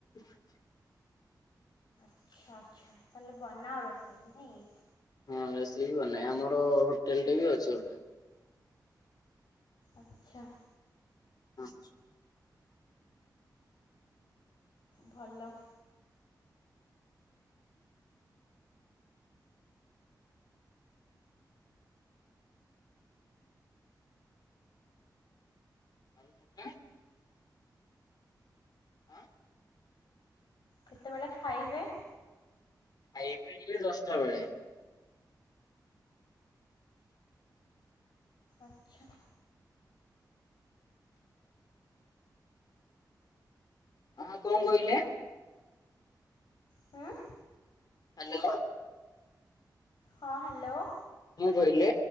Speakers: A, on the left; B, on the left.
A: <unintelligible>
B: ଆଚ୍ଛା ଆଚ୍ଛା। ତାହେଲେ ବନାଅ ରୋଷେଇ ନାଇଁ।
A: ହଁ ରୋଷେଇ ବନାଏ। ଆମର ହୋଟେଲ ଟେ ବି ଅଛି ଗୋଟେ।
B: ଆଚ୍ଛା।
A: ଆଛା।
B: ଭଲ।
A: ଆଉ ତମେ? ଆଁ।
B: କେତେବେଳେ ଖାଇବେ?
A: ଖାଇବି ଦଶଟା ବେଳେ।
B: ଆଚ୍ଛା।
A: ଆଉ କଣ କହିଲେ?
B: ହୁଁ
A: ହାଲୋ।
B: ହଁ ହାଲୋ।
A: କଣ କହିଲେ?